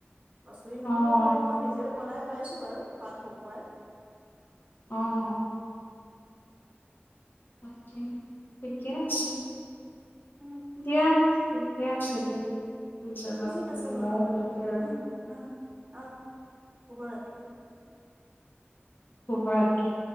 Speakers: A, on the right (about 30°); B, on the left (about 50°).
A: কচুৰি
B: অ',
A: মেঠিটো খালি মই নিজেও বনাই পাইছোঁ বাৰু পাত শুকুৱাই।
B: অ'। তাকেই ঠিকেই আছে।
A: উম,
B: দিয়া ঠিকে আছে দিয়া। শুই যাবা
A: ঠিক
B: তুমি
A: আছে বাৰু
B: ময়ো
A: হ'ব
B: শুমগে
A: দিয়া।
B: আৰু
A: উম উম অ' শুভৰাত্ৰি!
B: শুভৰাত্ৰি।